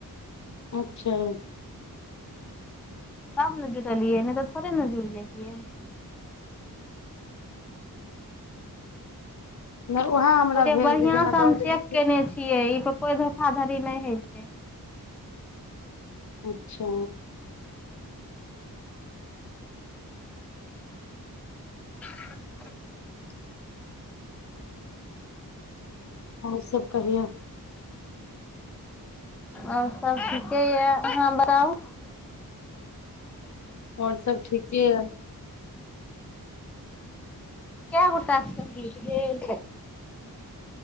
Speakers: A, on the left; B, in the centre.
A: अच्छा
B: तब ने जुटलियऐ नहि तऽ थोेरे न जुरि जेतिऐ
A: नहि उएह हमरा
B: उ जेे
A: भेल
B: बढ़ियां
A: जे जेना
B: स
A: दऽ
B: हम चेक
A: देने छी
B: केने छियै इत कोइ धोखाधड़ी नहि होइ छै
A: अच्छा
B: <inaudible>
A: आरसभ कहियौ
B: आओर सब ठीके या हाँ बड़ाउ
A: आओर सब ठीके या
B: काय गोटा सँ पिलखिन